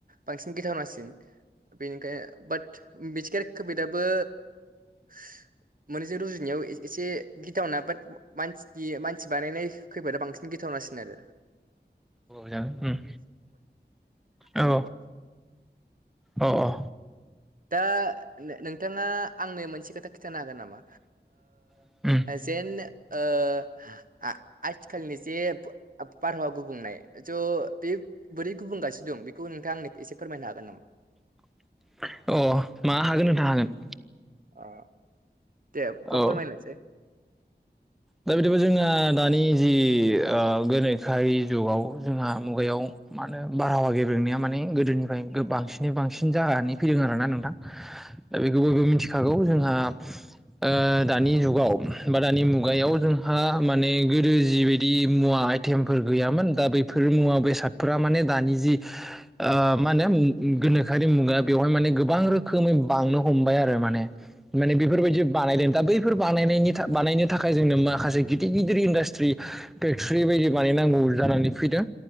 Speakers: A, on the right; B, in the centre.
A: बांसिन गिथावनासिन बेनिखायनो बाट मिथिंगायारि खौफोदाबो श मोनैजों रुजुनायाव एसे गिथावना बाट मानसिनि मानसि बानायनाय खैफोदा बांसिन गिथावनासिन आरो
B: जागोन उम औ
A: ओ <inaudible>
B: औ औ
A: दा नोंथाङा आंनो मोनसे खोथा खिन्थानो हागोन नामा?
B: उम
A: जेन ओ आ आथिखालनि जे बारहावा गुबुंनाय ज थ' बे बोरै गुबुंगासिनो दं बेखौ नोंथां आंनि एसे फोरमायनो हागोन नामा?
B: <inaudible> मा हागोन नोंथां हागोन ।
A: ओ दे
B: औ
A: फोरमायलांसाय ।
B: दा बिदिबा जोंना दानि जि ओ गोनोखोआरि जुगाव जोंहा मुगायाव मा होनो बारहावा गेब्रेंनाया माने गोदोनिफ्राय बांसिनै बांसिन जानानै फैदों आरोना नोंथां । बेखौ बयबो मिथिखागौ जोंहा ओ दानि जुगाव बा दानि मु गायाव जोंहा माने गोदो जिबायदि मुवा आइटेमफोर गैयामोन दा बैफोर मुवा बेसाद फोरा माने दानि जि ओ मा होने गोनोखोआरि मुगा बेवहाय माने गोबां रोखोम बांनो हमबाय आरो माने माने बेफोरबायदि बानायदों दा बैफोर बानायनायनि था बानायनो थाखाय जोंनो माखासे गिदिर गिदिर इन्डास्ट्रि फेक्टरि बायदि बानायनांगौ जानानै फैदों।